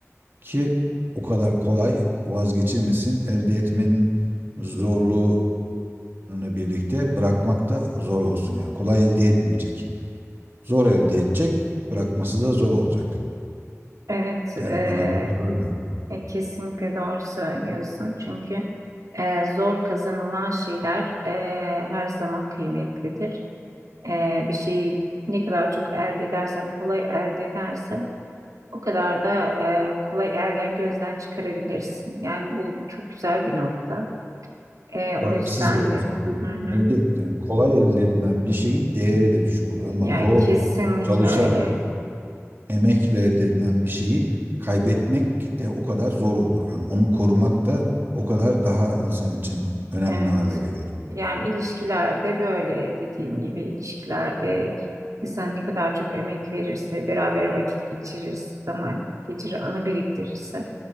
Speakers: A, on the right; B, on the right.
A: ki o kadar kolay vazgeçilmesin. Elde etmenin zorluğuna birlikte bırakmak da zor olsun. Yani kolay elde etmeyecek. Zor elde edecek, bırakması da zor olacak.
B: Evet. e,
A: Yani bana göre böyle.
B: e, kesinlikle doğru söylüyorsun. Çünkü e, zor kazanılan şeyler e, her zaman kıymetlidir. Ee, bir şeyi ne kadar çok elde edersen, kolay elde edersen o kadar da e, kolay elden gözden çıkarabilirsin. Yani bu çok güzel bir nokta. Ee, o
A: Değersiz
B: yüzden
A: olur
B: de
A: çünkü.
B: hı hı.
A: Elde, yani kolay elde edilen bir şeyin değeri de düşük olur ama
B: Ya
A: zor
B: kesinlikle
A: çalışarak
B: öyle.
A: emekle elde edilen bir şeyi kaybetmek de o kadar zor olur. Yani onu korumak da o kadar daha insan için önemli
B: Evet.
A: hale gelir.
B: Yani ilişkilerde böyle dediğim gibi ilişkilerde insan ne kadar çok emek verirse, beraber vakit geçirirse, zaman geçirir, anı biriktirirse